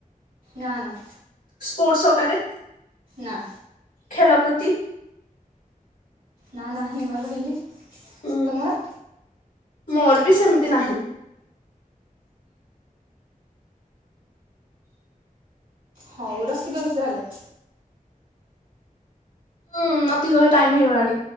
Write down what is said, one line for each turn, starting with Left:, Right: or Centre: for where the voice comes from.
Right: ନା -ନା।
Left: ସ୍ପୋର୍ଟସ୍ ଅକାରେ?
Right: ନାଁ।
Left: ଖେଳ ପ୍ରତି
Right: ନା ନାହିଁ ବା କହିଲି,
Left: ଉଁ
Right: ତମର?
Left: ମୋର ବି ସେମିତି ନାହିଁ।
Right: ହଉ ରଖିଦଉଛି ତାହେଲେ?
Left: ହୁଁ ଅଧିକ ଟାଇମ୍ ହେଇଗଲାଣି।